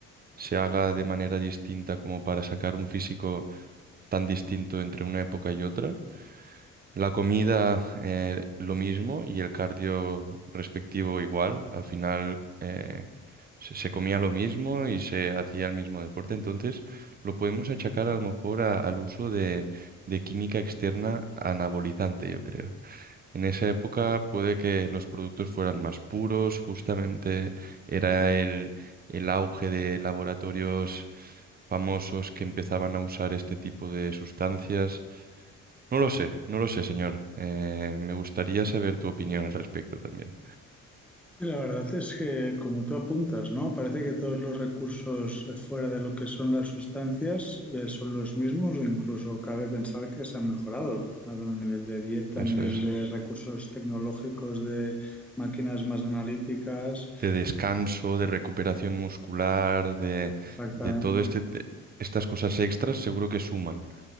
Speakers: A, on the right (about 30°); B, in the centre.
A: se haga de manera distinta como para sacar un físico tan distinto entre una época y otra. La comida, eh, lo mismo, y el cardio respectivo igual. Al final, eh, se, se comía lo mismo y se hacía el mismo deporte. Entonces, lo podemos achacar a lo mejor a- al uso de, de química externa anabolizante, yo creo. En esa época puede que los productos fueran más puros, justamente era el, el auge de laboratorios famosos que empezaban a usar este tipo de sustancias. No lo sé, no lo sé, señor. Eh, me gustaría saber tu opinión al respecto también.
B: Sí, la verdad es que, como tú apuntas, ¿no? Parece que todos los recursos eh, fuera de lo que son las sustancias eh, son los mismos o incluso cabe pensar que se han mejorado a nivel de dieta,
A: Eso
B: a nivel
A: es.
B: de recursos tecnológicos, de máquinas más analíticas.
A: De descanso, de recuperación muscular, de,
B: Exactamente.
A: de todo este, te- estas cosas extras, seguro que suman.